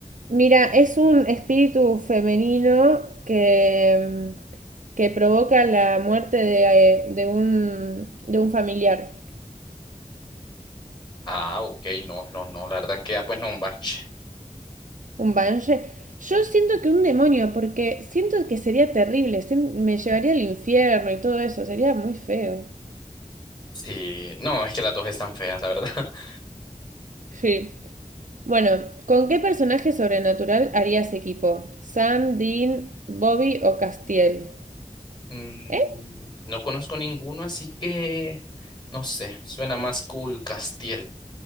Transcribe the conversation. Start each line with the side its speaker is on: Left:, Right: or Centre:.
Right: Mira, es un espíritu femenino que, mm, que provoca la muerte de, eh, de un, de un familiar.
Left: Ah, ok, no, no, no, la verdad que, ah, pues no, un banshee.
Right: Un banshee. Yo siento que un demonio, porque siento que sería terrible, sien- me llevaría al infierno y todo eso, sería muy feo.
Left: Sí, no, es que las dos están feas, la verdad. <laughs>
Right: Sí. Bueno, ¿con qué personaje sobrenatural harías equipo? ¿Sam, Dean, Bobby o Castiel?
Left: Mm,
Right: ¿Eh?
Left: no conozco ninguno, así que, no sé, suena más cool Castiel.